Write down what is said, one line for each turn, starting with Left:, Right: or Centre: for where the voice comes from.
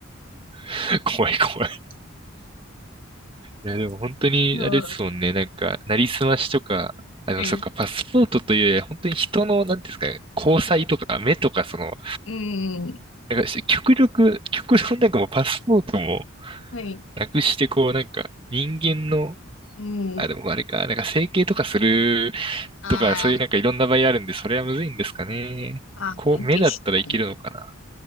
Right: <laughs> 怖い怖い。いやでも本当にあれですもんね、
Left: うん。
Right: なんか、なりすましとか、あの、
Left: はい
Right: そっか、パスポートというより本当に人の、なんていうんですかね、交際とか、目とか、その、
Left: うん
Right: なんかし極力、極論なんかもうパスポートも
Left: はい。
Right: なくして、こうなんか人間の、
Left: うん。
Right: あ、でもあれか、なんか整形とかする
Left: あー
Right: とか、そういうなんかいろんな場合あるんで、それはむずいんですかね。
Left: あー、
Right: こう、目だったらいけるのかな。
Left: 確かに。